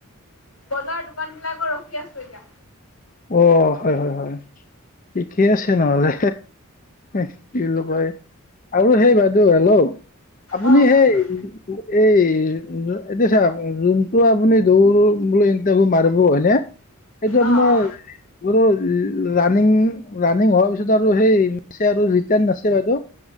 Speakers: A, on the left; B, on the left.
A: বজাৰ দোকান বিলাকৰ দিকে <unintelligible> আছে এতিয়া
B: অ হয় হয় হয়, ঠিকেই আছে নহ'লে কি কয় আৰু সেই বাইদেউ হেল্লো', আপুনি
A: অ কওকচোন
B: সেই <inaudible> এই এতিয়া চাওঁক, যোনটো আপুনি দৌৰো বোলে ইটাৰভিউ মাৰ <unintelligible> হয়নে? এইটো আপোনাৰ
A: অ অ
B: বোলো ৰানিং, ৰানিং হোৱাৰ পিছতো আৰু সেই আছে আৰু ৰিটাৰ্ণ আছে বাইদেউ